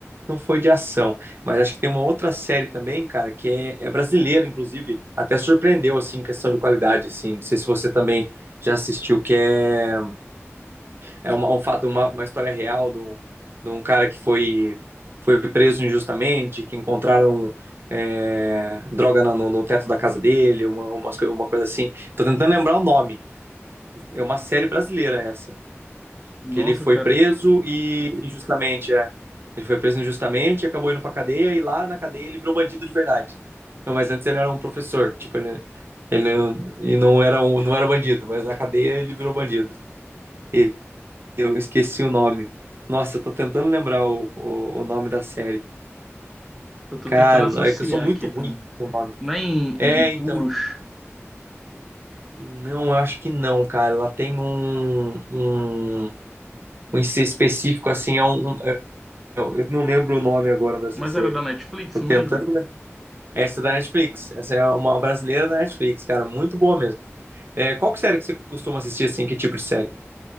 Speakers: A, on the right; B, in the centre.
A: não foi de ação. Mas acho que tem uma outra série também, cara, que é, é brasileira, inclusive, até surpreendeu, assim, em questão de qualidade, assim. Não sei se você também já assistiu, que é, é uma, um fato, uma, uma história real de um, de um cara que foi, foi preso injustamente, que encontraram é, droga na- no, no teto da casa dele, uma, umas, coi- uma coisa assim. Tô tentando lembrar o nome. É uma série brasileira essa
B: Nossa,
A: que ele foi
B: cara,
A: preso e injustamente, é. Ele foi preso injustamente, acabou indo pra cadeia e lá na cadeia ele virou bandido de verdade. Não, mas antes ele era um professor, tipo, ele, ele e não era um, não era bandido, mas na cadeia ele virou bandido. E eu esqueci o nome. Nossa, eu tô tentando lembrar o, o, o nome da série.
B: eu tô
A: Cara,
B: tentando associar
A: é que eu sou muito
B: aqui
A: ruim
B: também.
A: com o nome.
B: Não é em,
A: É,
B: em
A: então,
B: Puros,
A: não, eu acho que não, cara. Ela tem um, um, um I C específico, assim, é um, Eu eu não lembro o nome agora dessa
B: mas
A: série.
B: era da Netflix
A: Tô tentando.
B: mesmo?
A: né? Essa é da Netflix. Essa é uma brasileira da Netflix, cara. Muito boa mesmo. É, qual que série que você costuma assistir, assim? Que tipo de série?